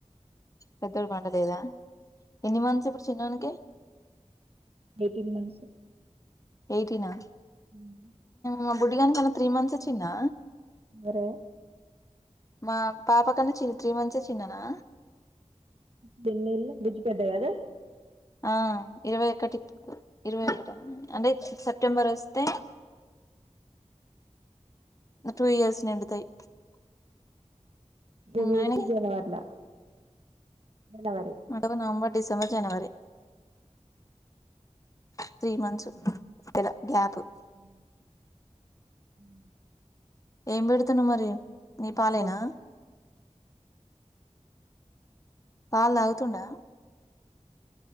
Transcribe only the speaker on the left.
పెద్దోడు పండ లేదా ఎన్ని మంత్స్ ఇప్పుడు చిన్నోనికి
ఎయిటీనా
మ బుడ్డిగానికి కన్నా త్రీ మంత్స్ చిన్నా
మా పాప కన్నా త్రీ మంత్సే చిన్ననా
ఆ ఇరవై ఒకటి ఇరవై ఒకటి అంటే స ప్టెంబర్ వస్తే టూ ఇయర్స్ నిండుతాయి
ఆయనకి
అ నవంబర్ డిసెబర్ జనవరి త్రీ మంత్స్ పెల గ్యాప్
ఏం పెడుతున్నావ్ మరి నీ
పాలేనా పాలు తాగుతుండా